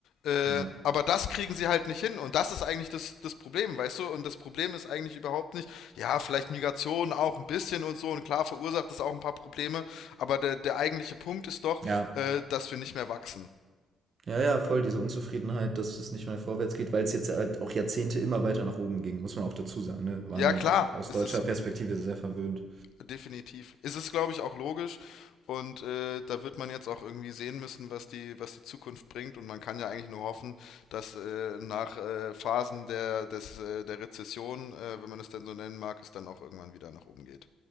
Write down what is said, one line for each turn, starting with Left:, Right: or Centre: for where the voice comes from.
Left: Äh,
Right: ja,
Left: aber das kriegen sie halt nicht hin. Und das ist eigentlich das, das Problem, weißt du? Und das Problem ist eigentlich überhaupt nicht, ja, vielleicht Migration auch ein bisschen und so. Und klar verursacht das auch ein paar Probleme. Aber der, der eigentliche Punkt ist doch,
Right: ja.
Left: äh, dass wir nicht mehr wachsen.
Right: Ja, ja, voll diese Unzufriedenheit, dass es nicht mehr vorwärts geht, weil es jetzt halt auch Jahrzehnte immer weiter nach oben ging, muss man auch dazu sagen. Ne? Waren
Left: Ja,
Right: dann
Left: klar,
Right: auch aus
Left: es
Right: deutscher
Left: ist
Right: Perspektive sehr verwöhnt.
Left: definitiv. Es ist, glaube ich, auch logisch. Und äh, da wird man jetzt auch irgendwie sehen müssen, was die, was die Zukunft bringt. Und man kann ja eigentlich nur hoffen, dass äh, nach äh, Phasen der, des, äh, der Rezession, äh, wenn man es denn so nennen mag, es dann auch irgendwann wieder nach oben geht.